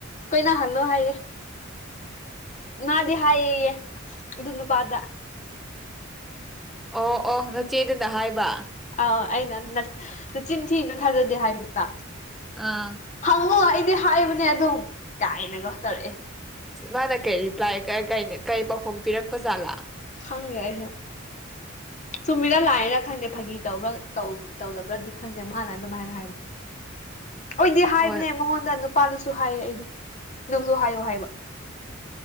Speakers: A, on the left; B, in the centre.
A: ꯀꯣꯏꯅꯍꯜꯂꯣ ꯍꯥꯏꯌꯦ ꯉꯗꯤ ꯍꯥꯏꯦ ꯌ‌ꯦ ꯑꯗꯨ ꯅꯨꯄꯥꯗ
B: ꯑꯣ ꯑꯣ ꯅꯆꯦꯗꯨꯅ ꯍꯥꯏꯕ
A: ꯑꯥ ꯑꯩꯅ ꯅꯆꯤꯟ ꯊꯤꯅ ꯊꯥꯖꯗꯦ ꯍꯥꯏꯕꯗ
B: ꯑꯥ
A: ꯍꯪꯉꯨ ꯑꯩ ꯍꯥꯏꯕꯅꯦ ꯑꯗꯨꯝ ꯀꯥꯏꯅꯒ ꯇꯧꯔꯛꯑꯦ
B: ꯃꯥꯅ ꯀꯩ ꯔꯤꯄ꯭ꯂꯥꯏ ꯀꯩ ꯄꯥꯎꯈꯨꯝ ꯄꯤꯔꯛꯄ ꯖꯥꯠꯂꯥ
A: ꯈꯪꯉꯦ ꯑꯩꯁꯨ ꯆꯨꯝꯃꯤꯅ ꯂꯥꯜꯂꯤꯔꯥ ꯈꯪꯗꯦ ꯐꯥꯒꯤ ꯇꯧꯕ꯭ꯔꯥ ꯇꯧꯗꯕ꯭ꯔꯗꯤ ꯈꯪꯗꯦ ꯃꯥꯅ ꯑꯗꯨꯃꯥꯏꯅ ꯍꯥꯏꯕ
B: <unintelligible>
A: ꯑꯣꯏꯗꯤ ꯍꯥꯏꯕꯅꯦ
B: ꯍꯣꯏ
A: ꯃꯉꯣꯟꯗ ꯅꯨꯄꯥ ꯗꯨꯁꯨ ꯍꯥꯏꯌꯦ ꯑꯩꯗꯤ ꯅꯪꯁꯨ ꯍꯥꯏꯌꯣ ꯍꯥꯏꯕ